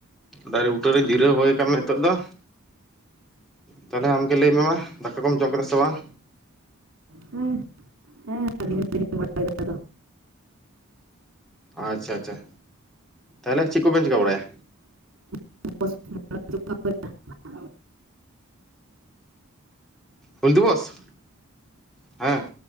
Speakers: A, in the centre; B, on the right.
A: ᱫᱟᱨᱮ ᱵᱩᱴᱟᱹᱨᱮ ᱡᱤᱨᱟᱹᱣ ᱦᱩᱭ ᱠᱟᱱᱟ ᱱᱤᱛᱚᱜ ᱫᱚ᱾ ᱛᱟᱦᱚᱞᱮ ᱟᱢᱜᱮ ᱞᱟᱹᱭ ᱢᱮ ᱢᱟ ᱫᱟᱠᱟ ᱠᱚᱢ ᱡᱚᱢ ᱠᱮᱫᱟ ᱥᱮ ᱵᱟᱝ᱾
B: ᱦᱮᱸ <unintelligible>
A: ᱟᱪᱪᱷᱟ ᱟᱪᱪᱷᱟ ᱛᱟᱦᱚᱞᱮ ᱪᱮᱫ ᱠᱚᱵᱮᱱ ᱪᱤᱠᱟᱹ ᱵᱟᱲᱟᱭᱟ᱾
B: <unintelligible>
A: ᱦᱩᱞ ᱫᱤᱵᱚᱥ ᱦᱮᱸ᱾